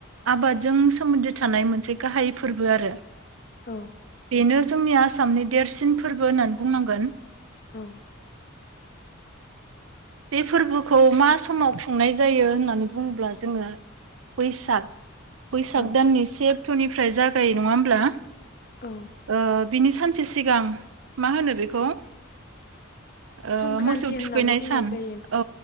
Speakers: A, on the right; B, on the left.
A: आबादजों सोमोन्दो थानाय मोनसे गाहाय फोर्बो आरो।
B: औ।
A: बेनो जोंनि आसामनि देरसिन फोर्बो होननानै बुंनांगोन।
B: औ।
A: बे फोर्बोखौ मा समाव खुंनाय जायो होननानै बुङोब्ला जोङो बैसाग। बैसाग
B: औ
A: दाननि से अक्टनि फ्राय जागायो नङा होमब्ला?
B: औ
A: ओ बिनि सानसे सिगां मा होनो बेखौ ओ
B: संक्रान्ति
A: मोसौ
B: होननानै
A: थुखैनाय
B: बुंनाय
A: सान
B: जायो।
A: औ